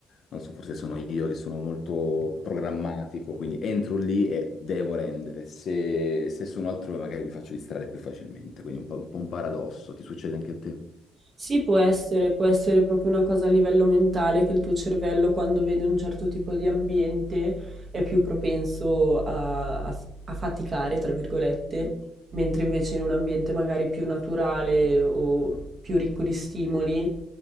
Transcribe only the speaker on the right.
Sì, può essere, può essere proprio una cosa a livello mentale che il tuo cervello quando vede un certo tipo di ambiente è più propenso a, a- a faticare, tra virgolette,
mentre invece in un ambiente magari più naturale o più ricco di stimoli